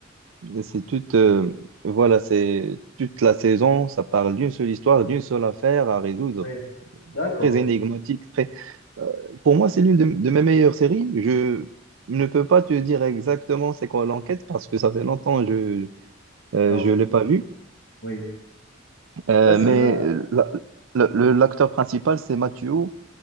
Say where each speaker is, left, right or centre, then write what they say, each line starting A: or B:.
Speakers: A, on the right (about 75°); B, on the left (about 80°).
A: c'est toute, euh, voilà, c'est toute la saison, ça parle d'une seule histoire, d'une seule affaire à résoudre,
B: Oui. D'accord.
A: très énigmatique, très... euh, pour moi, c'est l'une de, de mes meilleures séries. Je ne peux pas te dire exactement c'est quoi l'enquête parce que ça fait longtemps que je
B: Ah oui.
A: ne l'ai pas vue.
B: Oui.
A: Euh,
B: Là, sinon.
A: mais la- la- le- l'acteur principal, c'est Matthew